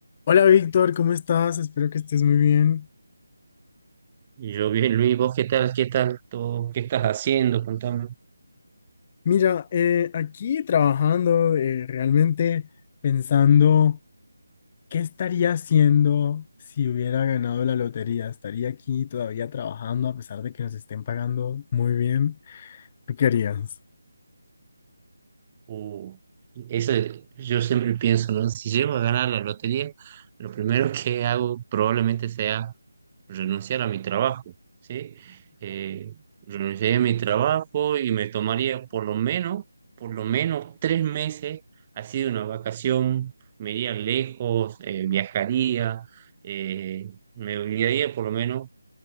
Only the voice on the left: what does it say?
Hola Víctor, ¿cómo estás? Espero que estés muy bien.
Mira, eh, aquí trabajando, eh, realmente pensando qué estaría haciendo si hubiera ganado la lotería. ¿Estaría aquí todavía trabajando a pesar de que nos estén pagando muy bien? ¿Tú qué harías?